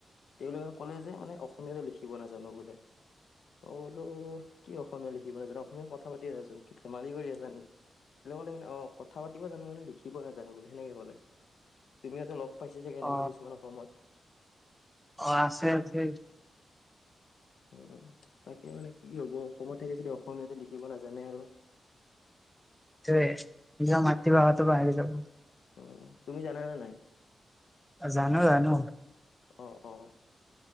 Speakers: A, on the left; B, in the centre.
A: তেওঁলোকে ক'লে যে মানে অসমীয়াাতটো লিখিব নাজানো বোলে অ বল কি অসমীয়া লিখিব নাজানো অসমীয়াাত কথা পাতি আছাচোন ধেমালি কৰি আছ কলে অ কথা পাতিব জানো মানে লিখিব নাজানো বুলি সেনেকে ক'লে তুমিহাতো লগ পাইছা চাগে
B: অ
A: এনেকুৱা কিছুমান সময়ত
B: অ আছে আছে
A: উ, তাকে মানে কি হ'ব, অসমত থাকি যদি অসমীয়া লিখিব নাজানে আৰু।
B: তাকে নিজৰ মাতৃভাষাটো বাহিৰ হৈ যাব।
A: উ, তুমি জানা নে নাই?
B: জানো জানো।
A: অ', অ'।